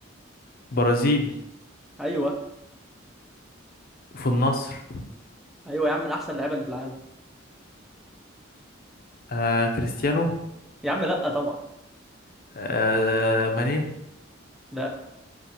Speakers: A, on the left; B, in the centre.
A: برازيلي
B: ايوه
A: وفي النصر
B: ايوه يا عم من احسن اللعيبه اللي في العالم
A: آه كريستيانو
B: يا عم لا طبعا
A: آه ماني
B: لا